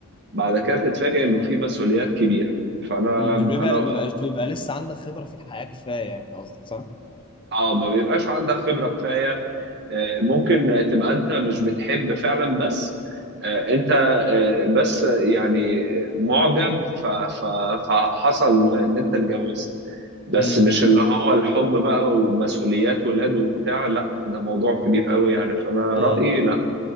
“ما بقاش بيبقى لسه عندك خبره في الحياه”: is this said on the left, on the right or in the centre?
Left